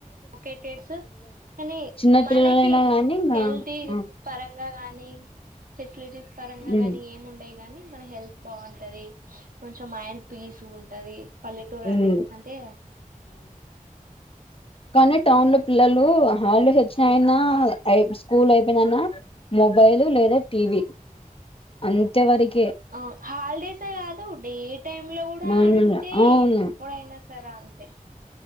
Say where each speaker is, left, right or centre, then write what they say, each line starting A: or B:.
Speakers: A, on the right; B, on the left.
A: ఓకే కేసు కానీ
B: చిన్న
A: మనకి
B: పిల్లలైనా కానీ ఇంకా
A: హెల్తీ
B: ఉమ్
A: పరంగా కాని ఫ పరంగా
B: ఉమ్
A: గాని ఏం ఉండే గాని మన హెల్త్ బాగుంటది కొంచెం మైండ్ పీస్ ఉంటది పల్లెటూరు అంటే
B: ఉమ్
A: అంతే
B: కనీ ట ఉన్ పిల్లలు హళ్ళు హచ్చినయినా స్కూల్ అయిపోయిందన్న మొబైల్ లేదా టీవ అంతే వరకు
A: ఆ హాలిడేసే కాదు డే టైమ్ లో కూడా
B: నార్మల్గా
A: అంతే
B: అవును
A: ఎప్పుడైనా తరా అంతే